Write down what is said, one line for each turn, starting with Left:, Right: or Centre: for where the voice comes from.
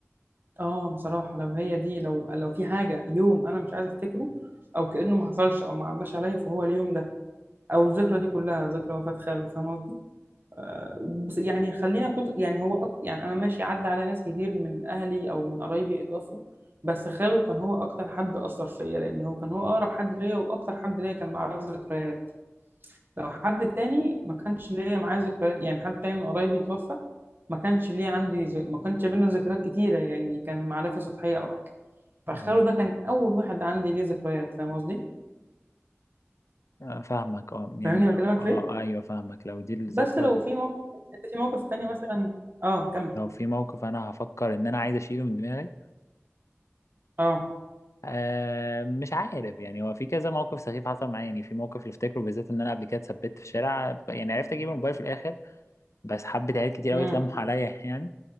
Right: اه بصراحه لو هي دي لو لو في حاجه يوم انا مش عايزه افتكره او كانه ما حصلش او ما عداش عليا فهو اليوم ده او الذكرى دي كلها ذكرى وفاه خاله فاهم قصدي بس يعني خلينا اكون يعني هو أك... يعني انا ماشي عدى على ناس كتير من اهلي او من قرايبي اتوفوا بس خاله كان هو اكتر حد اثر فيا لان هو كان هو اقرب حد ليا واكتر حد ليا كان معاه ذكريات لو حد تاني ما كانش ليا معاه ذكريات يعني حد تاني من قرايبي اتوفى ما كانش ليه عندي ز... ما كانش بينا ذكريات كتيره يعني كان معرفه سطحيه او حاجه فخاله
Left: أمم.
Right: ده كان اول واحد عندي ليه ذكريات فاهم قصدي
Left: آه، فاهمك اه يعني
Right: فاهمني بكلمك
Left: لو اه
Right: في إيه؟
Left: ايوه فاهمك لو دي الذكرى
Right: بس لو في موقف انت في موقف تاني مثلا اه كمل
Left: لو في موقف انا هفكر ان انا عايز اشيله من دماغي
Right: اه
Left: آه مش عارف يعني هو في كذا موقف سخيف حصل معايا يعني في موقف اللي افتكره بالذات ان انا قبل كده اتثبت في شارع يعني عرفت اجيب الموبايل في الاخر بس حبة عيال كتير
Right: امم
Left: قوي اتلموا عليا يعني